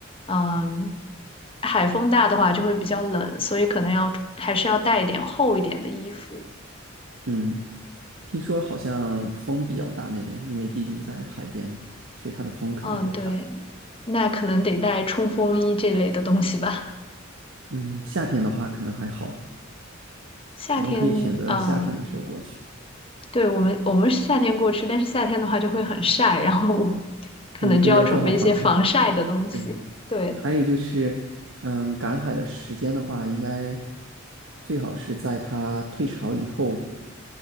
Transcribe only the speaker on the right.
嗯。听说好像风比较大那边，因为毕竟在海边嘛，所以它的风可能比较大。
嗯，夏天的话可能还好，
我们可以选择夏天的时候过去。
嗯，对，要做好防晒。对，
还有就是，嗯，赶海的时间的话，应该最好是在它退潮以后，